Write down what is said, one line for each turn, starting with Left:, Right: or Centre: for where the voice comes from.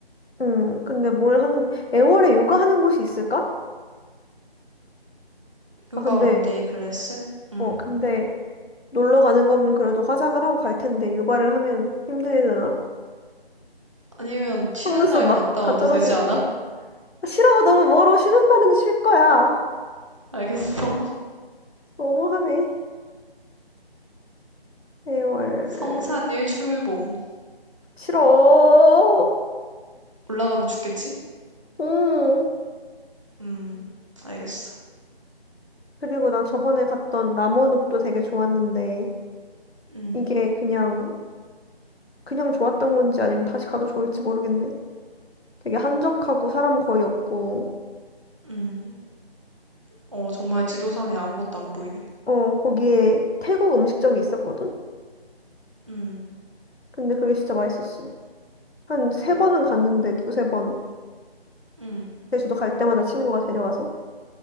Left: 음, 근데 뭘 하는 게 애월에 요가 하는 곳이 있을까?
Right: 요가
Left: 아, 근데
Right: 원데이 클래스? 음.
Left: 어, 근데 놀러 가는 거면 그래도 화장을 하고 갈 텐데 요가를 하면 힘들려나?
Right: 아니면 쉬는
Left: 속눈썹
Right: 날
Left: 막
Right: 갔다
Left: 다
Right: 와도
Left: 떨어져
Right: 되지
Left: 있고.
Right: 않아?
Left: 아, 싫어, 너무 멀어. 쉬는 날은 쉴 거야.
Right: <laughs> 알겠어. <laughs>
Left: 너무하네. 애월
Right: 성산 일출봉.
Left: 싫어.
Right: 올라가면 죽겠지?
Left: 음.
Right: 음, 알겠어.
Left: 그리고 나 저번에 갔던 남원읍도 되게 좋았는데
Right: 음,
Left: 이게 그냥 그냥 좋았던 건지 아니면 다시 가도 좋을지 모르겠네. 되게 한적하고 사람 거의 없고
Right: 음. 어, 정말 지도상에 아무것도 안 보이네.
Left: 어 거기에 태국 음식점이 있었거든.
Right: 음,
Left: 근데 그게 진짜 맛있었어. 한 세 번은 갔는데 두세 번
Right: 음,
Left: 제주도 갈 때마다 친구가 데려와서.